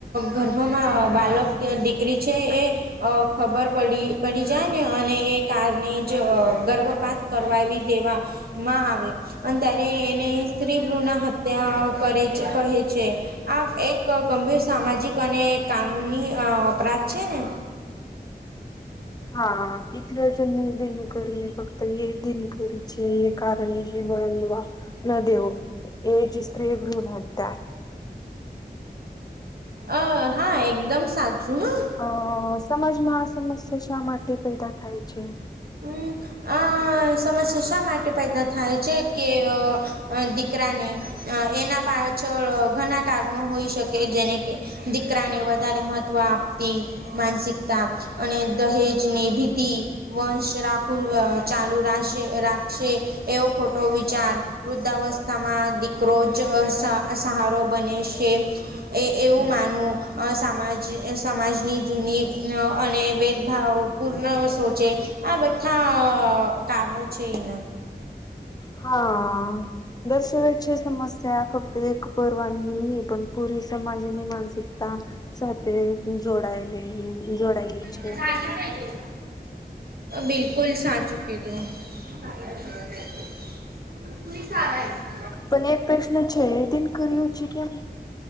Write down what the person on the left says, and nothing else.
હા એટલે જન્મે દિનકરીને ફક્ત એ દિનકરી છે એ કારણે જ <unintelligible> ન દેવો, એ જ સ્ત્રી ભ્રુણ હત્યા.
અ સમાજમાં આ સમસ્યા શા માટે પેદા થાય છે?
હા દર્શવ છે સમસ્યા ફક્ત એક પરવાની હી નહી પણ પુરી સમાજની માનસિકતા સાથે જોડાયેલી જોડાયેલી છે.
પણ એક પ્રશ્ન છે તેન કર્યો છે કેમ